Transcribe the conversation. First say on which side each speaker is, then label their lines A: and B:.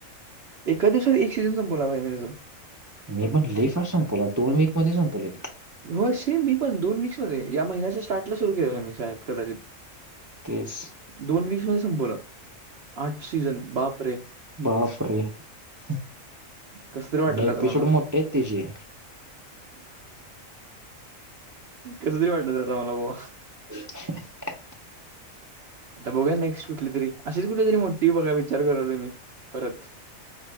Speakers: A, on the right; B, on the right.
A: <inaudible> एका दिवसात एक सीजनचा बोला मी तजून
B: <inaudible> मी म्हण ल फार संपवला दोन मक मध्ये संपवलेलं
A: <inaudible> हो सेम मी पण दोन वी्स मध्ये या महिन्याच्या स्टार्टला सुरू केलं आहे मी साब कदाचित
B: तेच
A: <inaudible> दोन वीस म संपवलं आठ सीझन बापरे
B: <inaudible> बापर <inaudible> आणि
A: कसं तरी वाटायला
B: एपिसोड
A: आता मला
B: मोठेच तजे
A: कस तरी वाटत आता मला ब
B: <inaudible>
A: आता बघया नेक्स्ट कुठली तरी अशीच कुठली तरी मोठी बघा विचार कराल मी परत <inaudible>